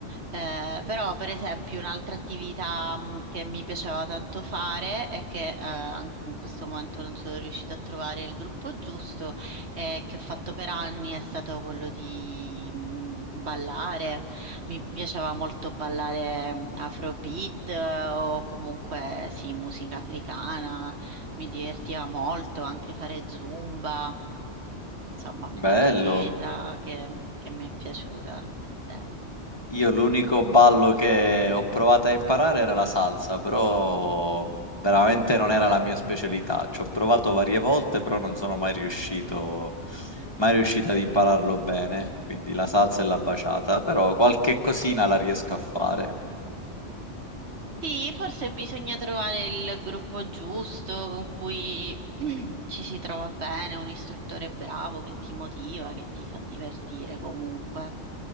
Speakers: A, on the right (about 65°); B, on the left (about 20°).
A: Eh, però, per esempio, un'altra attività mh, che mi piaceva tanto fare è che eh, an- in questo momento non sono riuscita a trovare il gruppo giusto, eh, che ho fatto per anni è stato quello di mh, ballare. Mi piaceva molto ballare
B: Mm.
A: mh, Afrobeat eh, o comunque sì, musica africana, mi divertiva molto anche fare Zumba. Insomma,
B: Bello.
A: è un'attività che, che mi è piaciuta nel tempo.
B: Io l'unico ballo che ho provato a imparare era la salsa, però veramente non era la mia specialità. Ci ho provato varie volte, però non sono mai riuscito, mai riuscito ad impararlo bene. Quindi la salsa e la baciata, però qualche cosina la riesco a fare.
A: Sì, forse bisogna trovare il gruppo giusto con cui <clears throat> ci si trova bene, un istruttore bravo che ti motiva, che ti fa divertire comunque,